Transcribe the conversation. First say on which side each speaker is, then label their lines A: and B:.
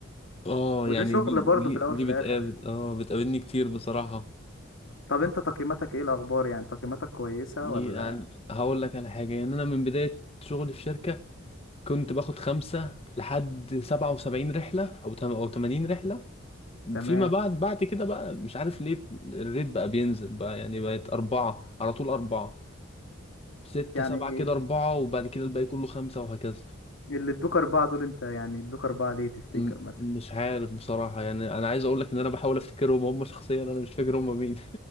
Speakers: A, on the left (about 30°); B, on the left (about 65°).
A: اه
B: وده
A: يعني
B: شغل
A: دي دي
B: برضه في الاول
A: دي
B: في الاخر
A: بتقابل اه بتقابلني كتير بصراحة
B: طب انت تقييماتك ايه الاخبار يعني تقييماتك كويسة
A: يعني
B: ولا
A: هقول لك على حاجة يعني أنا من بداية شغلي في شركة كنت باخد خمسة لحد سبعة وسبعين رحلة أو تم- أو تمانين رحلة
B: تمام
A: فيما بعد بعد كده بقى مش عارف ليه الريت بقى بينزل بقى يعني بقت أربعة على طول أربعة ستة
B: يعني
A: سبعة كده أربعة وبعد كده الباقي كله خمسة وهكذا
B: اللي ادوك أربعة دول أنت يعني ادوك أربعة ليه تفتكر
A: م-
B: مثلا
A: مش عارف بصراحة يعني أنا عايز أقول لك إن أنا بحاول أفتكرهم هم شخصيا أنا مش فاكر هم مين